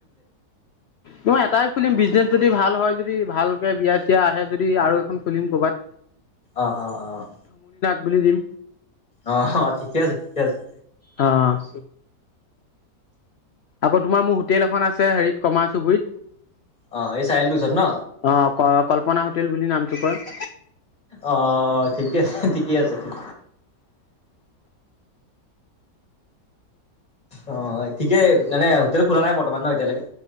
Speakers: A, on the left; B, on the left.
A: মই এটাই খুলিম বিজনেচ যদি ভ ভাল হয় যদি ভালকে বিয়া চিয়া আহে যদি আৰু এখন খুলিম ক'বাত।
B: অ' অ' অ'।
A: বুলি দিম।
B: অ' অ' ঠিকে আছে ঠিকে আছে।
A: অ'। আকৌ তোমাৰ মোৰ হোটেল এখন আছে হেৰিত কমাৰ চুবুৰীত।
B: অ এই চাৰিআলিটোৰ ওচৰত ন
A: অ' ক - কল্পনা হোটেল বুলি নামটো কয়।
B: অ' অ' ঠিকে আছে ঠিকে আছে, ঠিক। অ' ঠিকে মানে হোটেল খোলা নাই বৰ্তমান ন' এতিয়ালৈকে?